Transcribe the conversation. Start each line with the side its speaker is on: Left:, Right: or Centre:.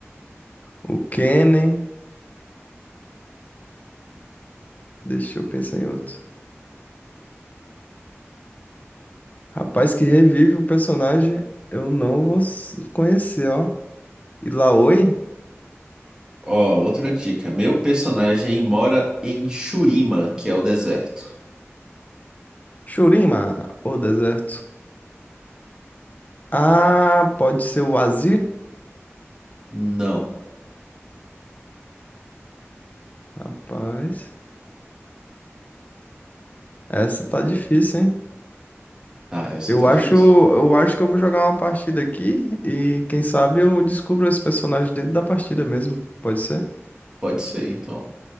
Left: o Kennen. Deixa eu pensar em outro. Rapaz que revive o personagem, eu não vou s- conhecer, ó. E Laoi?
Right: Ó, outra dica. Meu personagem mora em Shurima, que é o deserto.
Left: Shurima, o deserto. Ah, pode ser o Azir?
Right: Não.
Left: Rapaz, essa tá difícil, hein?
Right: Ah, essa
Left: Eu
Right: tá difícil.
Left: acho, eu acho que eu vou jogar uma partida aqui e quem sabe eu descubro esse personagem dentro da partida mesmo, pode ser?
Right: Pode ser, então.